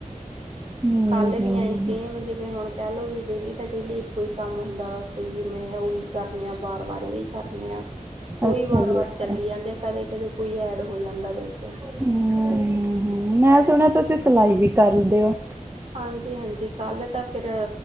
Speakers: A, on the right; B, on the right.
A: ਹਮ
B: ਕੱਲ
A: ਹਮ
B: ਵੀ ਏਈ ਸੇਮ ਜਿਵੇਂ ਕਹਿ ਲਓ ਵੀ ਡੇਲੀ ਤਾਂ ਡੇਲੀ ਇੱਕੋ ਹੀ ਕੰਮ ਹੁੰਦਾ ਬਸ ਵੀ ਮੈਂ ਉਹੀ ਕਰਨੇ ਆ ਬਾਰ ਵਾਰ ਉਹੀ ਹੀ ਕਰਨੇ ਆ ਉਹੀ
A: ਅੱਛਾ
B: ਵਾਰ
A: ਜੀ
B: ਵਾਰ
A: ਅੱਛਾ
B: ਚੱਲੀ ਜਾਂਦੇ ਆ ਕਦੇ ਕਦੇ ਕੋਈ ਐਡ ਹੋ ਜਾਂਦਾ ਵਿੱਚ
A: ਹੂੰ ਹੂੰ ਮੈਂ ਸੁਣਿਆ ਤੁਸੀਂ ਸਿਲਾਈ ਵੀ ਕਰਦੇ ਹੋ
B: ਹਾਂਜੀ ਹਾਂਜੀ ਕੱਲ ਤਾਂ ਫਿਰ